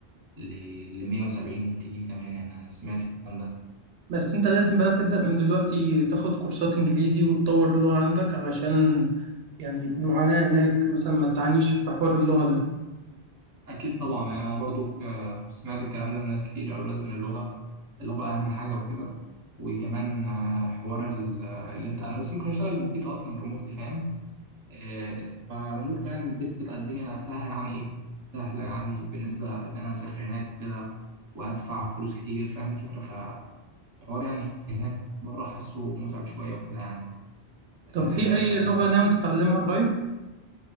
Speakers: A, on the right; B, on the right.
A: ل 170 و200 كمان يعني أنا سمعت الكلام ده
B: بس انت لازم بقى تبدأ من دلوقتي تاخد كورسات انجليزي وتطور اللغة عندك علشان يعني المعاناة هناك مثلا ما تعانيش في حوار اللغة ده
A: اكيد طبعا يعني انا برضو ك- سمعت الكلام ده من ناس كتير قالوا لازم اللغه اللغه اهم حاجه وكده وكمان آه، حوار ال- اللي انت انا بس ممكن اشتغل من البيت اصلا ريموتلي فاهم آه، فريموتلي يعني من البيت تبقى الدنيا فيها يعني ايه سهله يعني بالنسبه ان انا اسافر هناك وكده وادفع فلوس كتير فاهم الفكره فحوار يعني هناك بره حاسه متعب شويه وكده يعني آه،
B: طب في اي لغة ناوي تتعلمها قريب؟